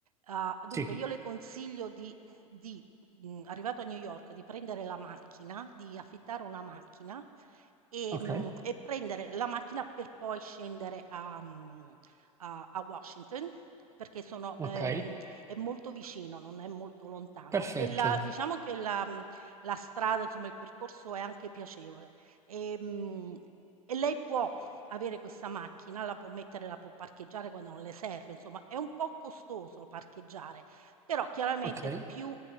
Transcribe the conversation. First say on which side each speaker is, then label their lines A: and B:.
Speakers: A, on the right (about 80°); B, on the right (about 15°).
A: Uhm, dunque
B: sì.
A: io le consiglio di di, mhmm, arrivato a New York, di prendere la macchina, di affittare una macchina, ehm,
B: Ok.
A: e prendere la macchina per poi scendere a mhmm, a a Washington, perché sono
B: Ok,
A: ehm, è molto vicino, non è molto lontano
B: perfetto.
A: e la diciamo che la mhmm, la strada, insomma, il percorso è anche piacevole. Ehm, e lei può avere questa macchina, la può mettere la può parcheggiare quando non le serve, insomma è un po' costoso parcheggiare, però chiaramente
B: Ok.
A: più